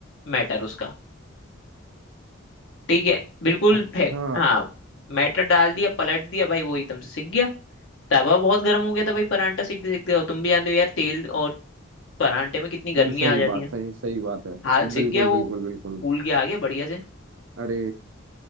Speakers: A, on the left; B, on the right.
A: मैटर उसका ठीक है बिल्कुल
B: अच्छा
A: फेंक हाँ मैटर डाल दिया पलट दिया भाई वो एकदम से सिक गया तवा बहुत गर्म हो गया था भाई परांठा सिकते सिकते और तुम भी जानते हो यार तेल और परांठे में कितनी गर्मी
B: ये सही
A: आ जाती
B: बात
A: है
B: सही सही बात है
A: हाल सिक
B: बिल्कुल
A: गया वो
B: बिल्कुल बिल्कुल
A: फूल गया आ गया बढ़िया से
B: अरे